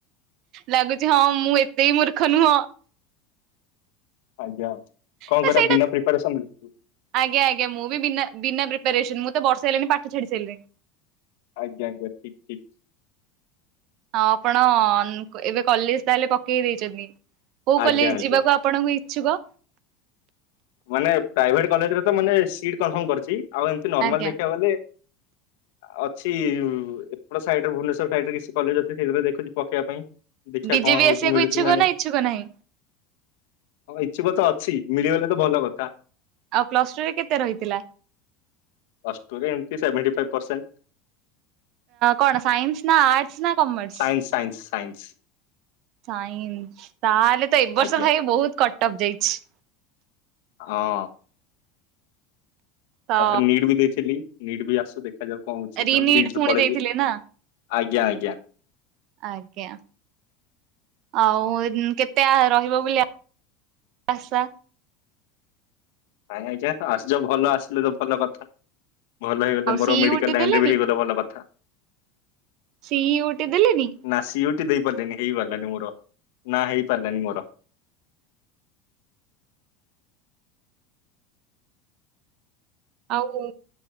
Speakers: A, on the right; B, on the left.
A: ଲାଗୁଛି ହଁ ମୁଁ ଏତେ ମୂର୍ଖ ନୁହଁ।
B: ଆଜ୍ଞା କଣ
A: ତ
B: କରିବା
A: ସେଇଟା
B: ବିନା ପ୍ରିପାରେସନ ରେ।
A: ଆଜ୍ଞା ଆଜ୍ଞ ମୁଁ ବିନା ବିନା ପ୍ରିପାରେସନ। ମୁଁ ତ ବର୍ଷ ହେଲିଣି ପାଠ ଛାଡି ସାରିଲିନି।
B: ଆଜ୍ଞା ଆଜ୍ଞା ଠିକ୍ ଠିକ୍।
A: ହଁ ଆପଣ ଏବେ କଲେଜ ତାହେଲେ ପକେଇ ଦେଇଛନ୍ତି। କୋଉ
B: ଆଜ୍ଞା
A: କଲେଜ
B: ଆଜ୍ଞା।
A: ଯିବାକୁ ଆପ୍ ଆପଣଙ୍କୁ ଇଛୁକ।
B: ମାନେ ପ୍ରାଇଭେଟ କଲେଜରେ ତ ମାନେ ସିଟ କନଫର୍ମ କରିଛି। ଆଉ ଏମତି ନର୍ମାଲ
A: ଆଜ୍ଞା
B: ଦେଖିବାକୁ ଗଲେ ଅଛି ଏପଟ ସାଇଡରେ ଭୁବନେଶ୍ର ସାଇଡରେ କିଛି କଲେଜ ଅଛି ସେଇଥିାଇ ଦେୁଛି ପକେଇବା ପାଇଁ। ଦେଖା
A: ବିଜେପି
B: କଣ ହଉଛି
A: ଆସିବାକୁ
B: ମିଳୁଛି
A: ଇଚ୍ଛୁକ
B: କି ନା ନାଇଁ।
A: ଇଚ୍ଛୁକ ନାହିଁ?
B: ହଁ ଇଚ୍ଛୁକ ତ ଅଛି। ମିଳିଗଲେ ତ ଭଲ କଥା।
A: ଆଉ ପ୍ଲସ ଟୁ ରେ କେତେ ରହିଥିଲା।
B: ଅ ଏମତି ସେଭେନ୍ଟ୍ଣ୍ ଫାଇବ୍ ପରସେଣ୍ଟ୍।
A: କଣ ଆ ସାଇନ୍ସ ନା ଆର୍ଟସ୍ ନା commerce?
B: Science science science.
A: Science. ତାହେଲେ ତ ଏବ ବର୍ଷ
B: ଆଜ୍ଞା
A: ଭାଇ ବହୁତ କଟ ଅଫ୍ ଯାଇଛି।
B: ହଁ।
A: ତ
B: ତାପରେ ନିଟ୍ ବି ଦେଇଥିଲି। ନିଟ୍ ବି ଆସୁ ଦେଖାଯାଉ କଣ ହଉଛି?
A: ରିନିଟ୍
B: ନହଲେରେ
A: ପୁଣି
B: ପଳେଇବି।
A: ଦେଇଥିଲେ ନା
B: ଆଜ୍ଞା ଆଜ୍ଞା।
A: ଆଜ୍ଞା। ଆଉ କେତେ ରହିବ ବୋଲି ଆସା?
B: ଆଜ୍ଞା ଆଜ୍ଞା ଆସଛ ଭଲ ଆସିଲେ ତ ଭଲ କଥା। ଭଲ ହେଇଗଲେ
A: ଆଉ
B: ମୋର
A: ସିଇ
B: ମେଡିକାଲ
A: ଉଟି
B: ଲାଇନରେ
A: ଦେଲେନି
B: ବି ହେଇଗଲେ ଭଲ କଥା।
A: ସି ଉଠେ ଦେଲେନି।
B: ନା ସିଟି ଦେଇ ପାରିଲାନି ହେଇପାରିଲାନି। ମୋର ନା ହେଇ ପାରିଲାନି ମୋର।
A: ଆଉ